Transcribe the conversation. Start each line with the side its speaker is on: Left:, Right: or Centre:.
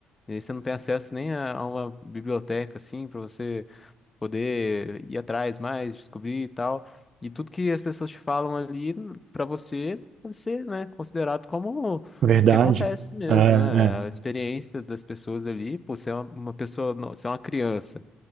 Left: e aí você não tem acesso nem a, a uma biblioteca, assim, pra você. poder ir atrás mais, descobrir e tal. E tudo que as pessoas te falam ali pra você deve ser, né, considerado como
Right: Verdade.
Left: o que acontece mesmo,
Right: É, é.
Left: né? A experiência das pessoas ali, pô, você é uma uma pessoa, não- você é uma criança.